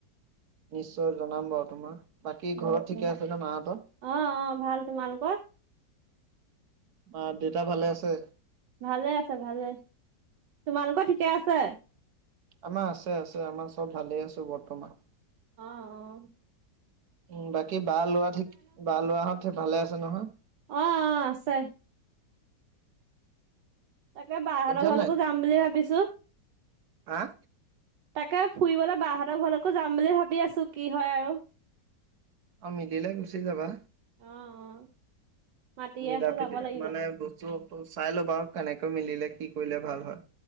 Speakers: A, on the right; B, on the right.
A: নিশ্চয় জনাম বাও তোমা। বাকী
B: উম
A: ঘৰত ঠিকে
B: উম
A: আছে ন মাহত।
B: অ অ ভাল তোমালোকৰ
A: মা দেতা ভালে আছে।
B: ভালে আছে ভালে তোমালোকৰ ঠিকে আছে।
A: আমাৰ আছে আছে আমাৰ চব ভালে আছো বৰ্তমান।
B: অঁ অঁ।
A: উম বাকী বা লআ ঠিক বা লআ হতে ভালে আছে নহয়।
B: অঁ অঁ আছে। তাকে বা
A: শুনিছা
B: হতৰ ঘলৈকো
A: নাই
B: যাম বুলিয়ে ভাবিছো।
A: হা
B: তাকে ফুইবলৈ বা হঁতৰ ঘৰলৈকো যাম বুলি ভাবি আছো কি হয় আৰু।
A: অ মিলিলে গুচি যাবা।
B: অ', অ', মাতিয়ে
A: মিলা
B: আছে
A: প্ৰিতি
B: যাব লাগিব
A: মানে
B: অ',
A: বস্তু চাই ল'বা কেনেক টো মিলিলে কি কৰিলে ভাল হয়।